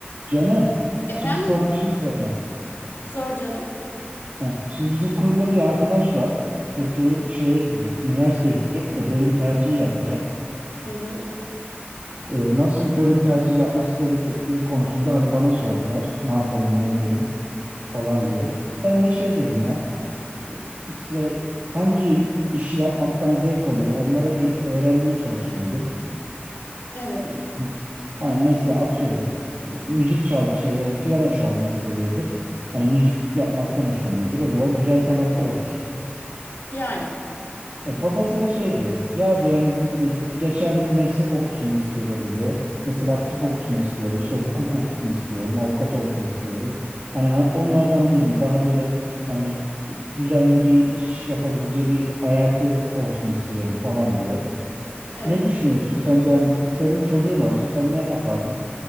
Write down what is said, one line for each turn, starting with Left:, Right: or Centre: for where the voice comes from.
Right: Canım,
Left: Efendim
Right: şimdi sana bir şey soracağım.
Left: sor canım.
Right: Ha, şimdi bizim kurumda bir arkadaş var. Çocuğu şeye gidecek, üniversiteye gidecek de bölüm tercihi yapacak.
Left: Hı hı.
Right: Ee, nasıl bir bölüm tercihi yapması gerektiği konusunda hani bana sordular. Ne yapalım, ne edelim falan diye. Ben de şey dedim ya, e, işte hangi işi yapmaktan zevk alıyor onlara bir öğrenmeye çalışın dedim.
Left: Evet.
Right: E, Hani mesela atıyorum e, müzik çal şey piyano çalmayı seviyordur. Hani müzik yapmaktan hoşlanıyordur. O zaman güzel sanatlar okusun.
Left: Yani
Right: E, babası da şey diyor. Ya diyor hani e, geçerli bir meslek okusun istiyorum diyor. Mesela tıp okusun istiyorum. işte hukuk okusun istiyorum. Avukat olsun istiyorum. Hani ha- onlardan birini daha böyle hani e, düzenli bir iş yapabileceği bir hayatı olsun istiyorum falan diyor.
Left: evet.
Right: Ne düşünüyorsun? Sence hani senin çocuğun olsa sen ne yapardın?